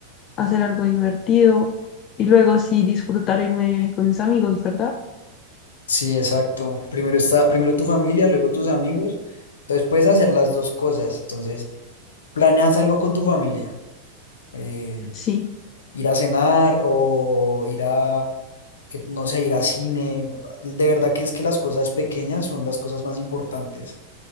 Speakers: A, on the left (about 35°); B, on the left (about 65°).
A: hacer algo divertido y luego sí disfrutar irme de viaje con mis amigos, ¿verdad?
B: Sí, exacto. Primero está, primero tu familia, luego tus amigos. Entonces puedes hacer las dos cosas. Entonces, planeas algo con tu familia, eh,
A: Sí,
B: ir a cenar o ir a, que, no sé, ir a cine. De verdad que es que las cosas pequeñas son las cosas más importantes.